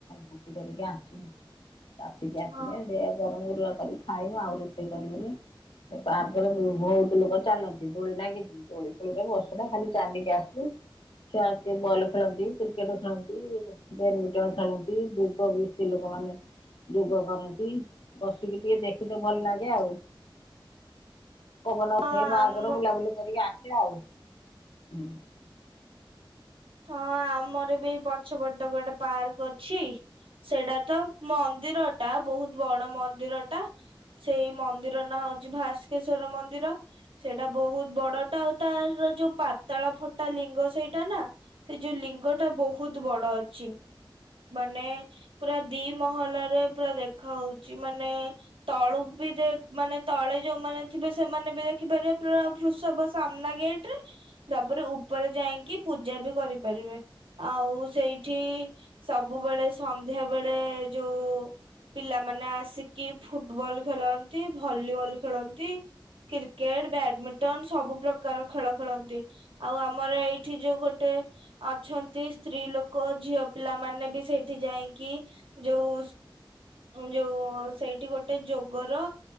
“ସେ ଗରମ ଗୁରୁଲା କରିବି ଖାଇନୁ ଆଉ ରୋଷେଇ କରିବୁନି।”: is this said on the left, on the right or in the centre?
Left